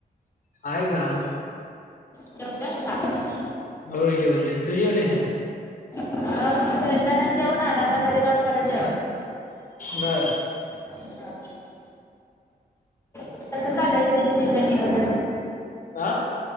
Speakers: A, on the left; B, on the left.
A: हय का ह
B: <unintelligible>
A: हो जेव तु जेवली स ना
B: अ खेळताना जेऊन आला ना तरी जाऊन परतव
A: बर
B: <inaudible> कसं चालंय जयतीच नियोजन
A: हा